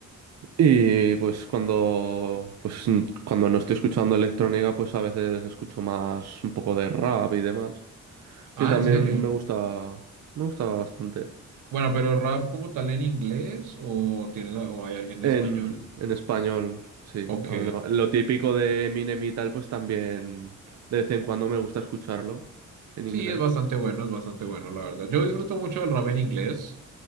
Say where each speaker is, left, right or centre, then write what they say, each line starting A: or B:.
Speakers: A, on the right (about 60°); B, on the right (about 85°).
A: Y pues cuando pues mm, cuando no estoy escuchando electrónica, pues a veces escucho más un poco de rap y demás,
B: Ah,
A: que también
B: ¿en serio?
A: me gusta me gusta bastante.
B: Bueno, pero rap como tal en inglés o tienes, o hay alguien en
A: En,
B: español.
A: en español, sí.
B: Ok.
A: Bueno, lo típico de Eminem y tal, pues también de vez en cuando me gusta escucharlo en
B: Sí,
A: inglés.
B: es bastante bueno, es bastante bueno, la verdad. Yo disfruto mucho del rap en inglés.